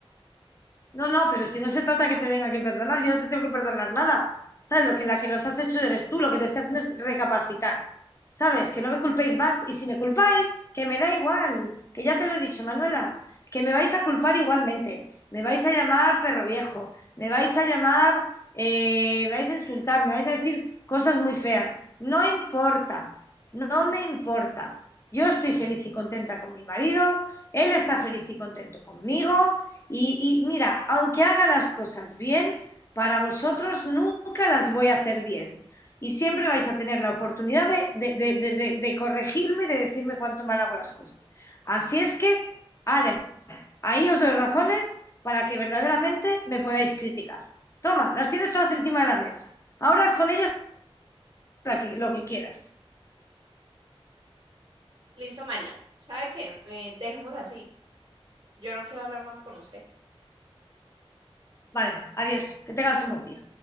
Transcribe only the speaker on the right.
Listo, María. ¿Sabe qué? Eh, dejemos así. Yo no quiero hablar más con usted.